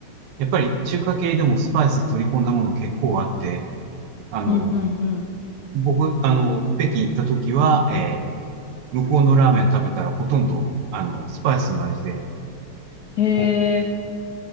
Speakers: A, on the right; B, on the left.
A: やっぱり中華系でもスパイス取り込んだもの結構あって、あの、
B: うんうんう
A: 僕、あの、北京行った時は、えー、向こうのラーメン食べたらほとんど、あの、スパイスの味で、
B: ん。へえ。
A: こう